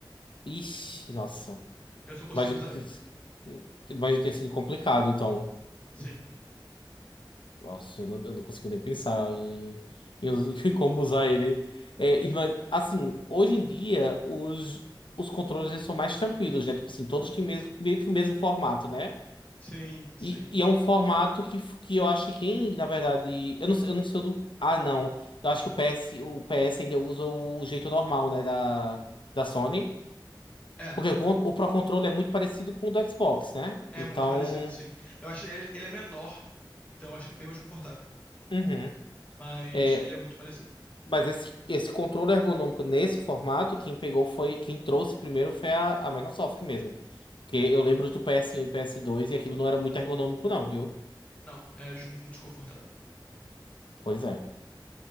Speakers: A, on the left (about 75°); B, on the left (about 15°).
A: Ixi, nossa.
B: Eu só consigo
A: Imagino
B: usar
A: que,
B: ele.
A: imagino que tenha sido complicado, então.
B: Sim,
A: Nossa, eu não, eu não consigo nem pensar em, em us- <laughs> em como usar ele. É, ima- assim, hoje em dia, os, os controles eles são mais tranquilos, né? Tipo assim, todos têm mesmo, meio que o mesmo formato, né?
B: sim, sim.
A: E, e é um formato que, que eu acho que quem, na verdade. Eu não, eu não sei o do. Ah, não. Eu acho que o PS, o PS ainda usa o jeito normal, né? Da, da Sony.
B: É,
A: Porque o, o Pro Controller é muito parecido com o do Xbox, né?
B: É
A: Então.
B: muito parecido, sim. Eu acho ele, ele é menor, então eu acho ele bem mais confortável.
A: uhum.
B: Mas
A: É,
B: ele é muito parecido,
A: mas esse, esse controle ergonômico nesse formato, quem pegou foi. Quem trouxe primeiro foi a, a Microsoft mesmo. Porque
B: sim.
A: eu lembro do ps um e ps dois e aquilo não era muito ergonômico, não, viu?
B: Não, é de- muito desconfortável.
A: Pois é.